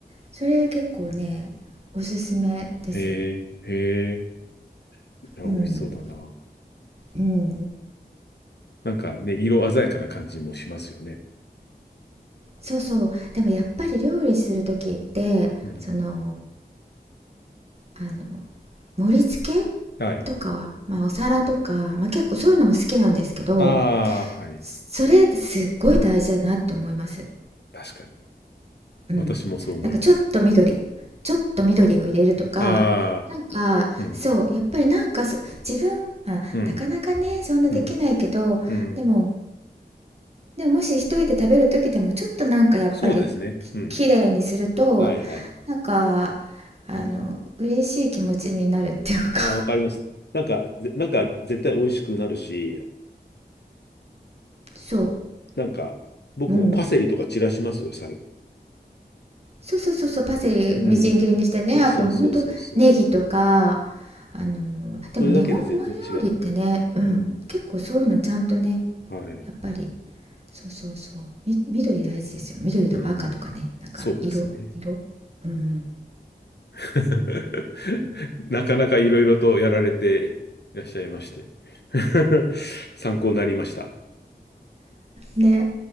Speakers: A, on the right; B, on the left.
A: それ結構ねおすすめです
B: ええ、ええ、いや、美味しそうだな。
A: うんうん
B: なんかね、色鮮やかな感じもしますよね。
A: そうそうでもやっぱり料理する時ってその
B: うん
A: あの盛り付け
B: はい。
A: とかは、まあ、お皿とか、まあ、結構そういうのも好きなんですけど
B: ああ、はい。
A: それすっごい大事だなって思います。
B: 確かに。
A: うん、
B: 私もそう思います。
A: なんかちょっと緑ちょっと緑を入れるとかなんかそうやっぱりなんかす自分、
B: ああ、うん、
A: まあ、
B: うん、
A: なかなかねそんなできないけどでも
B: うん、うん。
A: でももし一人で食べる時でもちょっとなんかやっぱり
B: そうですね。うん。
A: きれいにすると
B: はいはい。
A: なんかあの嬉しい気持ちになるっていうか
B: ああ、わかります。なんか、ぜなんか絶対美味しくなるし、
A: <laughs> そ
B: なんか、僕もパセリとか散らしますよ、
A: ううん
B: 最後。
A: そうそうそうそうパセリみじん切りにしてねあともうほんとネギとか
B: うん。そうそうそうそう。
A: あのでも日本の
B: それだけで全然違う。
A: 料理ってねうん結構そういうのちゃんとねや
B: うん。はい。
A: っぱりそうそうそうみ緑大事ですよ緑とか赤とかねなんか色色うん
B: うん。そうですね。<laughs> なかなかいろいろとやられていらっしゃいまして <laughs> 参考になりました。
A: うんね